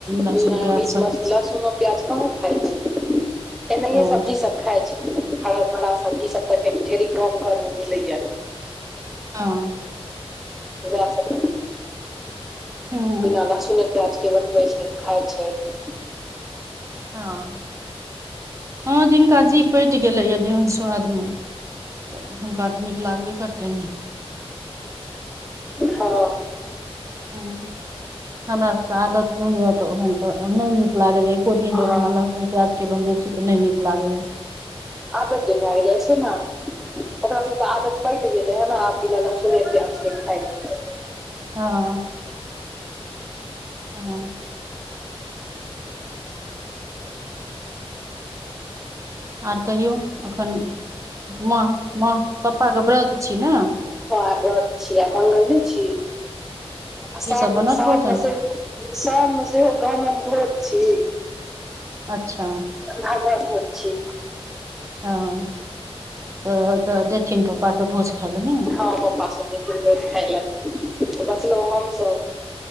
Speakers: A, on the right; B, in the centre.
A: लहसुन
B: नहि
A: प्याज
B: मीट
A: सब
B: मछ लहसुनो प्याज कहाँ खाइ छै एनाहिये
A: ओ
B: सब्जी सब खाय छै हरा भरा सब्जी सब तऽ अखन ढेरी गाम घर में मिलैया
A: हँ
B: बौआ सब
A: हँ
B: बिना लहसुने प्याज के बनबै छथि खाय छथि
A: हँ हँ जिनका जी पटि गेलैया जेहन स्वादम तऽ हुनका तऽ नीक लागबे करतैन
B: हँ
A: हँ हमरा सके आदत नहि रहत तऽ ओहन त नहि नीक लागैया एको दिन
B: हँ
A: जो बिना लहसुन प्याज के बनबै छी तऽ नहि नीक लागैया
B: आदत जे भै जाइ छै नऽ ओकरा सबके आदत पटि गेलै ह न आब बिना लहसुने प्याज के खाइ छै
A: हँ हँ आर कहियौ एखन माँ माँ पप्पाके व्रत छै नऽ
B: हँ आइ व्रत छै आइ मंगल नै छै आ
A: की
B: श
A: सब बनत
B: शाम
A: भोजन
B: म से शाममे सेहो गाम मे भोज छी
A: अच्छा
B: भागवत भोज छी
A: हँ तऽ तऽ जेथिन तऽ ओ पास भोज खाइ ल नै
B: हँ पप्पा सब जेथिन भोज खाय ले बचलौ हम सब